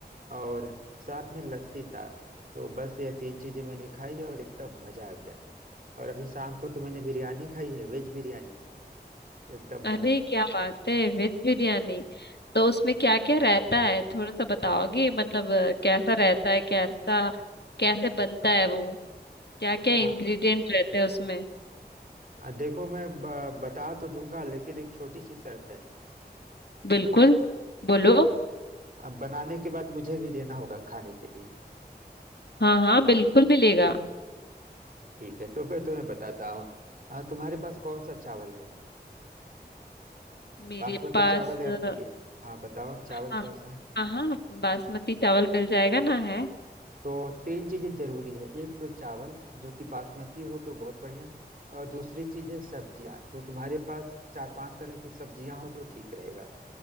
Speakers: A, on the right; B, on the left.
A: और साथ में लस्सी था तो बस ये तीन चीजें मैंने खाई और एकदम मजा आ गया और अभी शाम को तो मैंने बिरयानी खाई है वेज बिरयानी एकदम
B: अरे क्या बात है वेज बिरयानी तो उसमें क्या क्या रहता है थोड़ा सा बताओगे मतलब अ, कैसा रहता है कैसा कैसे बनता है वो क्या क्या इंग्रेडिएंट
A: हाँ
B: रहते हैं उसमें
A: आ, देखो मैं ब, बता तो दूंगा लेकिन एक छोटी सी शर्त है
B: बिल्कुल बोलो
A: अब अब बनाने के बाद मुझे भी देना होगा खाने के लिए
B: हाँ हाँ बिल्कुल मिलेगा
A: ठीक है तो मैं तुम्हें बताता हूँ आ, तुम्हारे पास कौन सा चावल है
B: मेरे
A: बासमती
B: पास
A: चावल या कोई
B: अ,
A: हाँ बताओ चावल
B: हाँ
A: कौन सा है
B: हाँ हाँ बासमती चावल मिल जाएगा ना है
A: तो तीन चीजें जरूरी है एक तो चावल जो कि बासमती हो तो बहुत बढ़िया और दूसरी चीज है सब्जियां तो तुम्हारे पास चार पांच तरह की सब्जियां हो तो ठीक रहेगा